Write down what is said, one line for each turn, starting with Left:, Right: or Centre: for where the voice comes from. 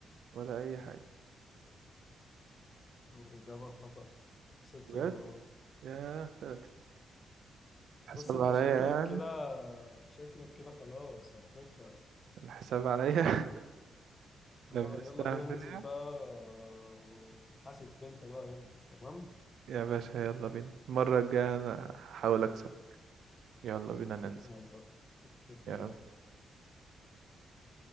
Right: ولا أي حاجة
Left: إجابة خطأ ست
Right: بجد
Left: مرات
Right: ياه فاتت حساب
Left: بص أنت
Right: عليا
Left: شكلك
Right: يعني
Left: كده شكلك كده خلاص على فكرة
Right: الحساب عليا
Left: أه
Right: <laughs> لبستها
Left: يلا بينا
Right: فين
Left: ننزل بقى آه، وحاسب أنت بقى يلا تمام
Right: يا باشا يلا بينا المرة الجاية أنا هحاول أكسب يلا بينا ننزل
Left: يلا اتفقنا
Right: يلا